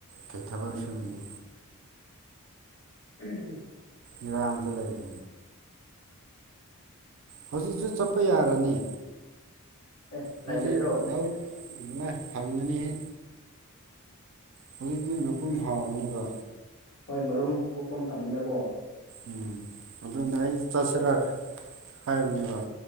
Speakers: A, on the right; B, on the left.
A: ꯀꯩꯊꯕꯛ
B: ꯎꯝ
A: ꯁꯨꯅꯤ
B: ꯎꯝ
A: ꯏꯔꯥꯥꯡꯉꯤꯗꯂꯩ ꯍꯧꯖꯤꯛ ꯆꯠꯄ ꯌꯥꯔꯅꯤ
B: ꯑꯦ ꯂꯩꯒꯗ꯭ꯔꯣ
A: ꯍꯧꯖꯤꯛ ꯂꯎꯥꯢꯅꯦ ꯐꯝꯅꯍ ꯍꯧꯖꯤꯛꯇꯤ ꯃꯄꯨꯝ ꯍꯥꯎꯔꯅꯤꯕ
B: ꯍꯣꯢ ꯃꯔꯨꯝ ꯀꯣꯛꯄ ꯃꯇꯝꯅꯤꯅꯀꯣ
A: ꯎꯝ ꯑꯗꯨꯅ ꯑꯩ ꯆꯠꯁꯤꯔ ꯍꯥꯢꯕꯅꯦꯕ